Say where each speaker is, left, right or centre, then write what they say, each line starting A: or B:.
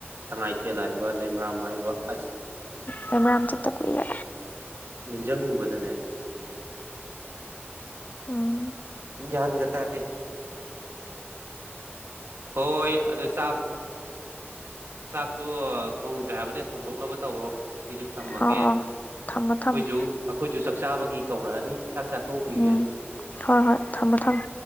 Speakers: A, on the right (about 70°); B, on the left (about 40°).
A: ꯁꯉꯥꯏꯊꯦꯜ ꯍꯥꯏꯕ ꯂꯩꯃꯔꯥꯝ ꯍꯥꯏꯕ ꯑꯁ
B: ꯂꯩꯃꯔꯥꯝ ꯆꯠꯇ ꯀꯨꯏꯔꯦ
A: ꯅꯤꯡꯖꯪꯉꯨꯕꯗꯅꯦ
B: ꯎꯝ
A: ꯒ꯭ꯌꯥꯟ ꯒ ꯇꯥꯗꯦ ꯍꯣꯏ ꯑꯗꯣ ꯆꯥꯛ ꯆꯥꯛꯁꯨ ꯊꯣꯡꯗ꯭ꯔꯦ ꯍꯥꯏꯕꯅꯦ ꯊꯣꯡꯗꯣꯛꯅꯕ ꯇꯧꯔꯣ ꯑꯩꯁꯨ ꯊꯝꯃꯒꯦ
B: ꯑꯣ
A: ꯑꯩꯈꯣꯏꯁꯨ
B: ꯑꯣ ꯊꯝꯃꯣ ꯊꯝꯃꯣ
A: ꯑꯩꯈꯣꯏꯁꯨ ꯆꯥꯛꯆꯥꯥꯕꯒꯤ ꯀꯧꯔꯛꯑꯅꯤ ꯆꯥꯛꯆꯥꯥ ꯊꫭꯛꯎꯈꯤꯒꯦ
B: ꯎꯝ ꯍꯣꯏ ꯍꯣꯏ ꯊꯝꯃꯣ ꯊꯝꯃꯣ